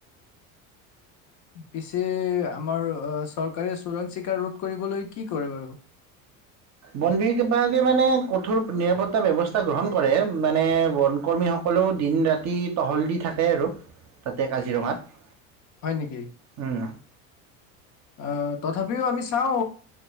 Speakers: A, on the left; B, on the right.
A: পিছে আমাৰ চৰকাৰে চোৰাং চিকাৰ ৰোধ কৰিবলৈ কি কৰে বাৰু।
B: বন বি বিভাগে মানে কঠোৰ নিৰাপত্তা ব্যৱস্থা গ্ৰহণ কৰে মানে বন কৰ্মীসকলেও দিন ৰাতি টহল দি থাকে আৰু তাতে কাজিৰঙাত।
A: হয় নেকি।
B: উম,
A: আহ তথাপিও আমি চাওঁ